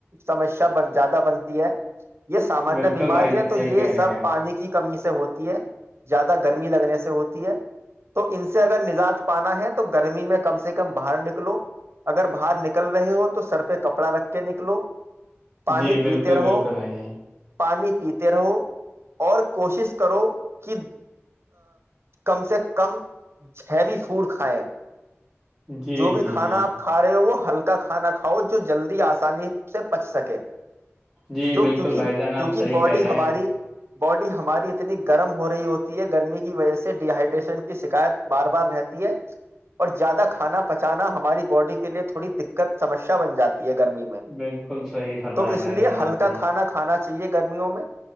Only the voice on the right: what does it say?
سمسیا بن زیادہ بن تی ہے یہ سامانیہ
بیماری
ہے تو
یہ
سب
پانی کی کمی سے ہوتی ہے زیادہ گرمی لگنے سے ہوتی ہے تو ان سے اگر نجات پانا ہے تو گرمی میں کم سے کم باہر نکلو اگر باہر نکل رہے ہو تو سر پہ کپڑا رکھ کے نکلو پانی
پیتے رہو
پانی پیتے رہو اور کوشش کرو کہ کم سے کم چھیوی فوڈ کھائیں
جو بھی
کھانا
آپ کھا رہے ہو وہ ہلکا کا کھانا کھاؤ جو جلدی آسانی سے پچ سکے
جو
کیونکہ
کیونکہ
باڈی
ہماری
باڈی ہماری اتنی گرم ہو رہی ہوتی ہے گرمی کی وجہ سے ڈیہائیڈریشن کی شکایت بار بار رہتی ہے اور زیادہ کھانا پچانا ہماری باڈی کے لیے تھوڑی دقت سمسیا بن جاتی تی ہے گرمی میں
تو اس
لیے
ہلکا
کھانا کھا آنا چاہیے گرمیوں میں